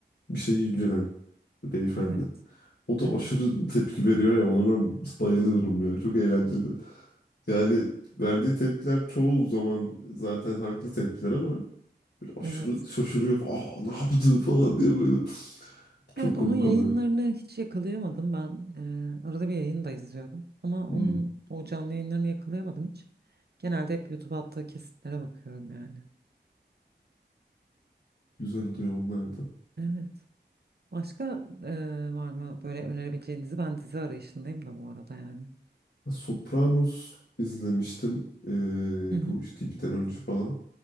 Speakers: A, on the left; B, on the right.
A: Bir şey Yücelen beyefendi.
B: Evet
A: O da
B: evet
A: aşırı tepki veriyor ya ona ben bayılıyorum ya. Çok eğlenceli. Yani verdiği tepkiler çoğu zaman zaten haklı tepkiler ama böyle aşırı
B: evet.
A: şaşırıyor. Aa ne yaptı falan diye böyle. <laughs> Çok
B: Evet
A: komik
B: onun yayınlarını
A: oluyor.
B: hiç yakalayamadım ben. Ee, arada bir yayını da izliyorum ama
A: Hmm,
B: onun o canlı yayınlarını yakalayamadım hiç. Genelde hep YouTube'a attığı kesitlere bakıyorum yani.
A: güzel oluyor onlar da.
B: Evet. Başka e, var mı böyle önerebileceğinizi Ben dizi arayışındayım da bu arada yani.
A: Ha, Sopranos izlemiştim. Ee,
B: Hı hı.
A: bu işte gibiden önce falan.